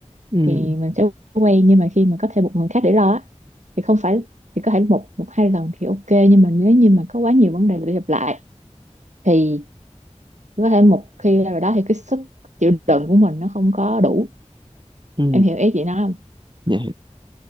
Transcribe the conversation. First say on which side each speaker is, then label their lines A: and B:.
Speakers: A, on the right; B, on the right.
A: ừ
B: thì mình sẽ quen nhưng mà khi mà có thêm một người khác để lo á thì không phải thì có thể một một hai lần thì ok nhưng mà nếu như mà có quá nhiều vấn đề để gặp lại thì có thể một khi rồi đó thì cái sức chịu đựng của mình nó không có đủ
A: ừ
B: em hiểu ý chị nói không
A: dạ